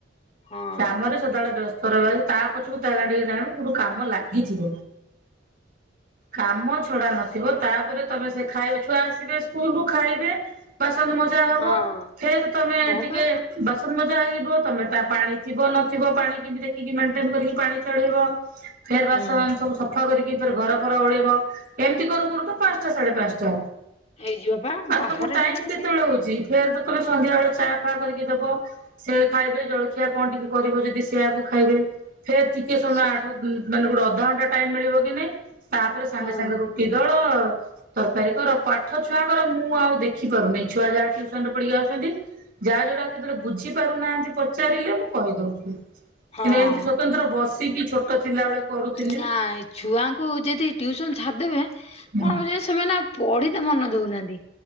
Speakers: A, on the left; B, on the right.
A: ହଁ
B: କାମରେ ସଦାବେଳେ ବ୍ୟସ୍ତ ସର ତା ପଛକୁ ତା ଗାଣ୍ଡି କି ଗାଣ୍ଡୁ ସୁଦୁ କାମ ଲାଗିଥିବ କାମ ଛଡା ନଥିବ ତାପରେ ତମେ ସେ ଖାଇ ଛୁଆ ଆସିବେ ସ୍କୁଲ ରୁ ଖାଇବେ ବାସ ବାସନ ମଜା ହବ
A: ହଁ
B: ଫେର ତମେ
A: ହଁ
B: ଟିକେ
A: ବା
B: ବାସନ ମଜା ହେଇବ ତମେ ତା ପାଣି ଥିବ ନଥିବ ପାଣି କେମିତି ଦେଖିକି ମେଣ୍ଟେନ କରିକି ପାଣି ଚଢେଇବ ଫେର ବାସନ
A: ହୁଁ
B: ସବୁ ସଫା କରି କି ଫେରେ ଘର ଫର ଓଳେଇବ ଏମିତି କରୁ କରୁ ତ ପାଞ୍ଚଟା ସାଢେ ପାଞ୍ଚଟା
A: ହେଇଯିବ ବା
B: ଆଉ
A: ବାହାର
B: ତମ ଟାଇମ
A: ଜାଗାରେ
B: କେତେବେଳେ
A: ସେଇଆ।
B: ହଉଛି ଫେର ତ ତମେ ସନ୍ଧ୍ୟା ବେଳ ଚା ଫା କରିକି ଦବ ସେ ଖାଇବେ ଜଳଖିଆ କଣ ଟିକେ କରିବ ଯଦି ସେଆକୁ ଖାଇବେ ଫେର୍ ଟିକେ ସମୟ
A: ସ-
B: ଆଠ ମଁ ମାନେ ଗୋଟେ ଅଧାଘଣ୍ଟା ଟାଇମ ମିଳିବ କି ନାଇଁ ତାପରେ ସାଙ୍ଗେ
A: ହଁ।
B: ସାଙ୍ଗେ ରୁଟି ଦଳ ତରକାରୀ କର ପାଠ ଛୁଆଙ୍କର ମୁଁ ମୁଁ ଆଉ ଦେଖି ପାରୁନି ଛୁଆ ଯାହା ଟୁସନ ରେ ପଢିକି ଆସୁଛନ୍ତି ଯାହା ଯଉଟା କେତେବେଳେ ବୁଝି ପାରୁନାହାନ୍ତି ପଚାରିଲେ ମୁଁ କହିଦଉଚି
A: ହଁ
B: ହେଲେ ଏମିତି ସ୍ୱତନ୍ତ୍ର ବସିକି ଛୋଟ ଥିଲାବେଳେ କରୁଥିଲି
A: ନାଇଁ ଛୁଆଙ୍କୁ ଯଦି ଟ୍ୟୁସନ ଛାଡିଦେବେ
B: ହୁଁ
A: କଣ ହଉଚି ସେମାନେ ପଢି ତେ ମନ ଦଉନାହାନ୍ତି